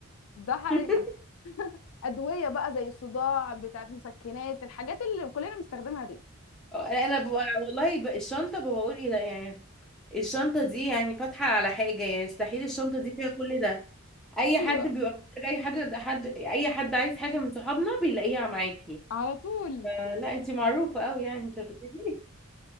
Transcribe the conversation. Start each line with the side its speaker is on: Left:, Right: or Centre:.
Left: ده حقيقي
Centre: معاكي
Left: ادويه بقى زي الصداع بتاعت مسكنات الحاجات اللي كلنا بنستخدمها دي
Centre: <laughs> اه، انا ببقى والله بقى الشنطه ببقى بقول ايه ده يعني الشنطه دي يعني فاتحه على حاجه يعني مستحيل الشنطه دي فيها كل ده اي
Left: ايوه
Centre: حد بيبقى محتاج اي حاجه ده حد اي حد عايز حاجه من صحابنا بيلاقيها معاكي
Left: على طول
Centre: آه، لا انت معروفة قوي يعني انت هتبتدي